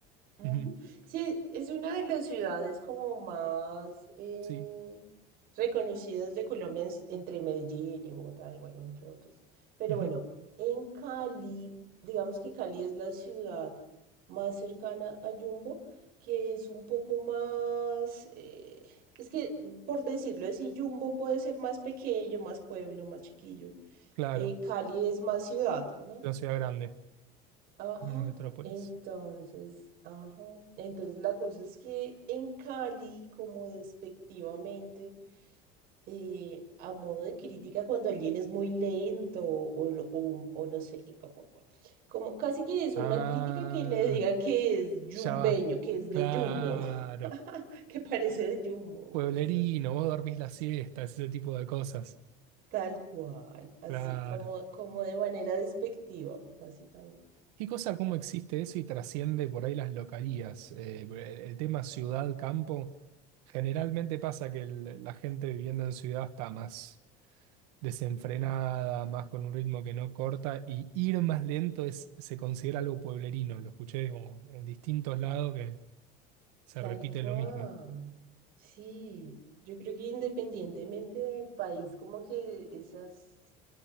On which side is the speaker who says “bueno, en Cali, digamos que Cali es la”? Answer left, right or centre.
Right